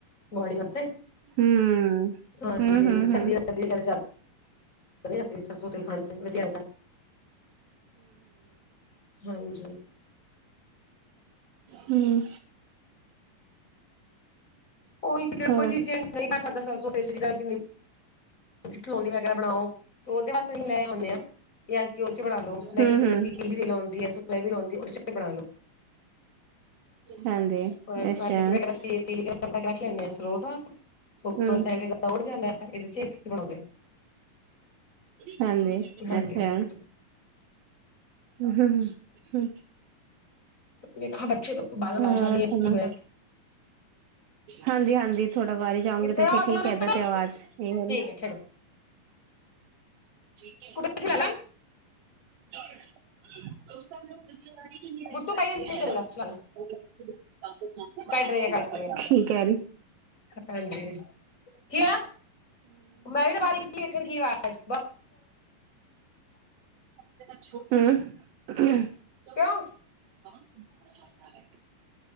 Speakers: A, on the left (about 20°); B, on the right (about 80°).
A: ਬੋਡੀ ਵਾਸਤੇ
B: ਹੂੰ।
A: ਹਾਂਜੀ,
B: ਹੂੰ-ਹੂੰ-ਹੂੰ,
A: ਸਰਦੀਆ ਵਦੀੀਆ ਕਦੇ ਚੱਲ ਵਧੀਆ ਲੱਗਦੀ ਸਰਸੋਂ ਤੇਲ ਖਾਣ ਚ ਵਧੀਆ ਆਦਾ, ਹਾਂਜੀ
B: ਹਮ
A: <inaudible>
B: ਹੋਰ
A: ਤੁ ਘਿਓ ਵਗੈਰਾ ਬਣਾਓ, ਤੇ ਉਹਦੇ ਵਾਸਤੇ ਅਸੀ ਲੈ ਆਉਂਦੇ ਆਾਂ ਯ ਕੇ ਉਹ ਚ ਬਣਾ ਲ ਲੋ, ਮੈਂ
B: ਹੂੰ-ਹੂੰ,
A: ਤੇ ਤੀਲ ਤੇ ਲਾਉਂਦੀ ਆ, ਸੋਇਆ ਵੀ ਲਾਉਂਦੀ, ਉਹ ਚ ਵੀ ਬਣਾ ਲ ਲੋ
B: ਹਾਂਜੀ
A: <inaudible>
B: ਅੱਛਾ,
A: <inaudible>
B: ਹੂੰ, ਹਾਂਜੀ,
A: ਹਾਂਜੀ
B: ਅੱਛਾ
A: ਹਾਂਜੀ।
B: ਹਮ- ਹਮ -ਹਮ
A: ਵੇਖਾਂ ਬੱਚੇ ਲੋਕ ਬਾਹਰ ਆਵਾਜ਼
B: ਹਾਂ
A: ਆ ਰਹੀ ਹੈ
B: ਸੁਣਾ
A: ਕੀ ਹੋਇਆ
B: ਹਾਂਜੀ- ਹਾਂਜੀ ਥੋੜਾ ਵਾਰ ਹੀ ਜਾਉਂਗੇ
A: ਕਿੱਥੇ
B: ਤੇ
A: ਆ
B: ਫਿਰ
A: ਉੱਥੇ
B: ਠੀਕ
A: ਨਾ
B: ਹੈ, ਏਦਾਂ
A: ਬੇਟਾ
B: ਤੇ ਆਵਾਜ਼ ਇਹੋਹੀ
A: ਠੀਕ ਹੈ ਖੇਡੋ।
B: <unintelligible>
A: ਸਕੂਟ ਚਲਾ
B: <unintelligible> <unintelligible>
A: ਬੁੱਟੂ ਭਾਈ ਨਹੀਂ ਕਰੇਗਾ ਚਲਾਣਾ ਕੱਢ ਰਹੀ ਹੈ ਕੱਢ ਰਹੀ ਹੈ।
B: ਠੀਕ ਹੈ।
A: ਹਾਂਜੀ ਕੀ ਹੋਇਆ ਮੈਂ, ਵੀਦੇ ਬਾਰੇ ਕੀ ਵੇਖਣ ਕੀ ਆਵਾਜ਼
B: <unintelligible>
A: ਕਿਉਂ